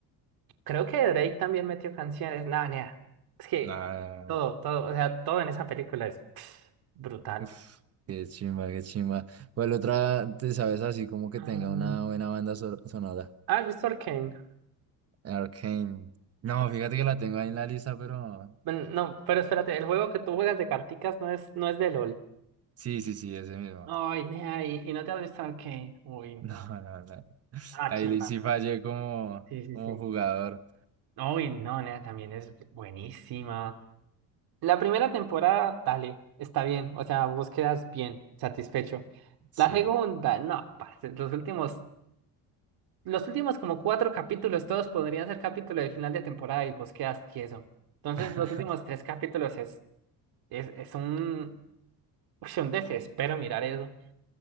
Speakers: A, on the right; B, on the right.
A: Creo que Drake también metió canciones. No, nea. Es que
B: Ah,
A: todo, todo, o sea, todo en esa película es pff, brutal.
B: uf, qué chimba, qué chimba. ¿Cuál otra te sabes así como que
A: Ah,
B: tenga una buena banda so- sonora?
A: ah, ¿has visto Arcane?
B: Arcane. No, fíjate que la tengo ahí en la lista, pero
A: Bueno, No, pero espérate, el juego que tú juegas de carticas no es, no es de LOL.
B: sí, sí, sí, ese mismo.
A: Ay,
B: <laughs>
A: nea, y, y no te has visto Arcane. Uy, no.
B: No, no, no.
A: Ah,
B: Ahí
A: chimba.
B: sí fallé como,
A: Sí, sí,
B: como
A: sí.
B: jugador.
A: Uy, no, nena, también es buenísima. La primera temporada, dale, está bien. O sea, vos quedas bien, satisfecho.
B: Sí.
A: La segunda, no, parce, los últimos, los últimos como cuatro capítulos, todos podrían ser capítulos de final de temporada y vos quedas tieso. Entonces,
B: <laughs>
A: los últimos tres capítulos es, es, es un, <laughs> uy, un desespero mirar eso.